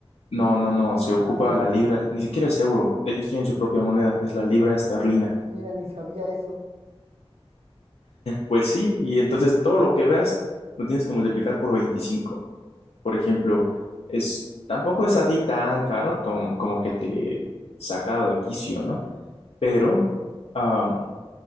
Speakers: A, on the left; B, on the right.
A: no, no, no, se ocupa
B: Ah, mira,
A: la libra, ni siquiera es euro, ellos tienen su propia moneda, es la libra esterlina.
B: mira, ni sabía eso.
A: Pues sí, y entonces todo lo que veas lo tienes que multiplicar por 25. Por ejemplo, es, tampoco es así tan caro tom- como que te saca de quicio, ¿no? Pero, am,